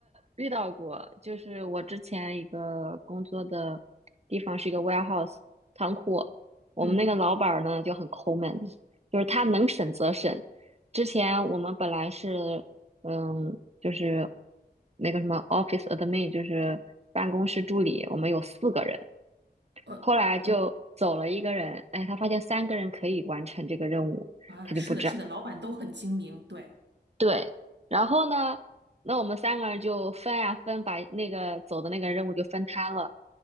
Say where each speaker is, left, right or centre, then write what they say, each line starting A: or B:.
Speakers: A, on the right; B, on the right.
A: 遇到过，就是我之前一个工作的地方是一个 warehouse 仓库，我们那个老板儿呢就很抠门，
B: 嗯，
A: 就是他能审则审。之前我们本来是，嗯，就是那个什么 office admin，就是办公室助理，我们有四个人，
B: 呃呃
A: 后来就走了一个人，哎，他发现三个人可以完成这个任务，
B: 啊，
A: 他就不招。
B: 是的，是的，老板都很精明，对，
A: 对，然后呢，那我们三个人就分呀分，把那个走的那个任务就分摊了。